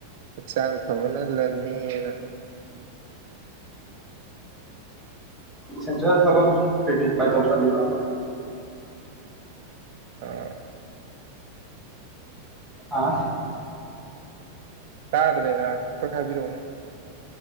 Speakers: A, on the right; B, in the centre.
A: ꯍꯛꯆꯥꯡ ꯐꯕꯅ ꯂꯟꯅꯤ ꯑꯅ
B: ꯁꯦꯟꯇ꯭ꯔꯦꯜ ꯊꯕꯛ ꯀꯩ ꯀꯩ ꯇꯔꯥꯏ ꯇꯧꯁꯤꯜꯂꯤꯕ
A: ꯑꯥ
B: ꯑꯥ
A: ꯇꯥꯗ꯭ꯔꯦ ꯑ ꯑꯝꯇꯒ ꯍꯥꯏꯕꯤꯔꯛꯎꯅꯦ